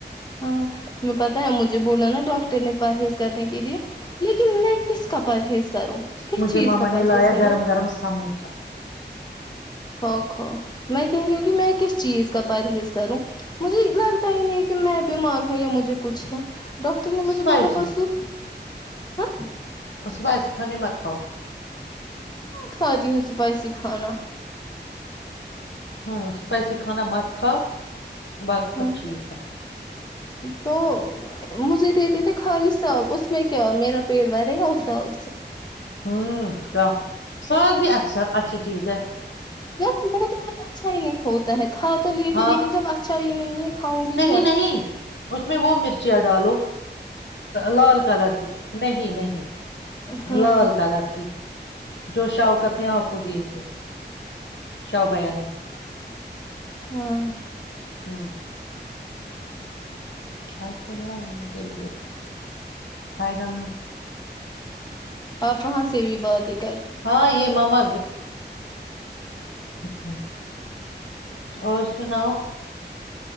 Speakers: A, on the left; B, on the left.
A: ہاں پتاہ ہے مجھے بولا نا ڈاکٹر نے پرہیز کرنے کے لیے لیکن میں کس کا پرہیز کروں کس
B: مجھے
A: چیز
B: ماما
A: کا پرہیز
B: نے لایا
A: کروں
B: گرم گرم سموسا
A: خو خو میں کہہ رہی ہوں کہ میں کس چیز کا پرہیز کروں مجھے لگتا ہی نہیں کہ میں بیمار ہوں یا مجھے کچھ ہے ڈاکاکٹر نے
B: اسپائسی
A: مجھے بولا پسو ہاں
B: کچ بس نے مت کاؤ
A: کھااتی ہوں سپائسی کھانا
B: ہوں سپائسیی کانا مست رکھا باقی
A: ہاں
B: سب ٹھیک ہے
A: تو مجھے دیتے تھے خالی ساگ اس میں کیا میرا پیٹ بھرے گا اس ساق سے
B: ہوں کیا ساگ بھی اچھا اچھی چیز ہے
A: یہ بہت آج اچھا ہی نہیں کھوتا ہے کھا تو لیے تھی
B: ہاں
A: لیکن جب اچھا ہی نہیں ہے کھاؤں گی
B: نہیں
A: کیا
B: نہیں اس میں وہ مرچیاں ڈالو لال کلر کی نہیں نہیں
A: ہاں
B: لال کلر کی جو شوکت نے آپ کو دیے تھے شاہ بیا نے
A: ہاں
B: ہ کائے ک ن چل کائے نہ میں
A: آپ وہاں سے بھی بہت ایک
B: ہاں یہ ماما اچھا اور سناؤ